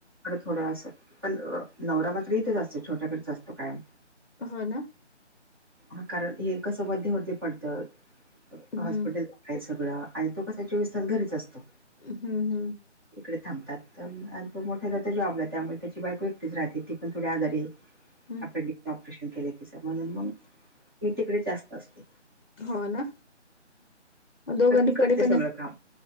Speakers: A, on the right; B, on the left.
A: थोड्या असं पण नवरा मात्र इथे असतो छोट्याकडेच असतो कायम
B: हो ना
A: ह कारण हे कसं मध्यवर्ती पडतं
B: हम्म
A: हॉस्पिटल आहे सगळं आणि तो कसा चोवीस तास घरीच असतो
B: हम्म हम्
A: इकडे थांबतात आणि त मोठ्या ज जॉबला त्यामुळे त्याची बायको एकटीच राहते ती पण थोडी आजारी
B: हम्म
A: अपेंडिकच ऑपरेशन केले तिच म्हणून मग मी तिकडे जास्त असते
B: हो ना दोघांकडे
A: पण ती करते
B: पण
A: सगळं काम